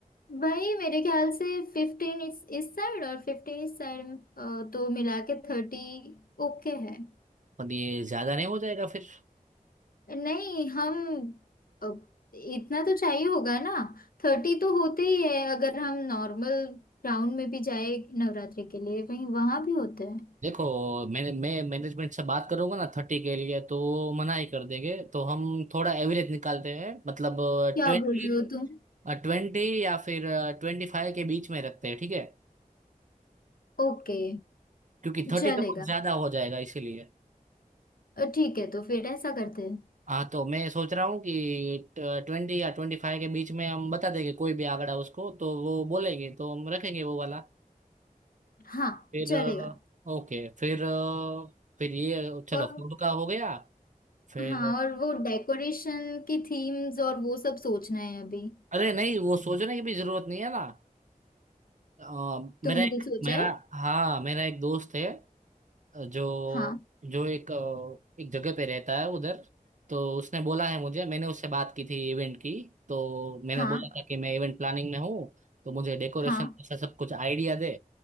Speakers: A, on the left; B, on the right.
A: वही मेरे ख्याल से फिफ्टीन इस इस साइड और फिफ्टीन इस साइड तो मिला के थर्टी ओके है
B: पर ये ज्यादा नहीं हो जाएगा फिर
A: नहीं हम अ, इतना तो चाहिए होगा ना थर्टी तो होते ही है अगर हम नॉर्मल राउंड में भी जाए नवरात्रि के लिए वहीं वहां भी होते हैं
B: देखो मैंने मैं मैनेजमेंट से बात करूंगा ना थर्टी के लिए तो वो मना ही कर देंगे तो हम थोड़ा एवरेज निकालते हैं मतलब
A: क्या
B: ट्वेंटी
A: बोल रहे हो तुम
B: ट्वेंटी या फिर ट्वेंटी फाइव के बीच में रखते हैं ठीक है
A: ओके
B: क्योंकि थर्टी
A: चलेगा
B: तो बहुत ज्यादा हो जाएगा इसीलिए
A: अ, ठीक है तो फिर ऐसा करते हैं
B: हाँ तो मैं सोच रहा हूँ कि ट्वेंटी या ट्वेंटी फाइव के बीच में हम बता देंगे कोई भी आंकड़ा उसको तो वो बोलेंगे तो हम रखेंगे वो वाला
A: हाँ
B: फिर
A: चलेगा
B: ओके फिर अ, फिर ये चलो
A: और
B: फूड का हो गया फिर
A: हाँ और वो डेकोरेशन की थीम्स और वो सब सोचना है अभी
B: अरे नहीं वो सोचने की भी जरूरत नहीं है ना अ, मेरा
A: तुमने
B: एक
A: कुछ सोचा
B: मेरा
A: है
B: हाँ मेरा एक दोस्त है अ, जो
A: हाँ
B: जो एक अ, एक जगह पे रहता है उधर तो उसने बोला है मुझे मैंने उससे बात की थी इवेंट की तो मैंने
A: हाँ
B: बोला था कि मैं इवेंट प्लानिंग में हूँ तो मुझे डेकोरेशन
A: हाँ
B: से सब कुछ आइडिया दे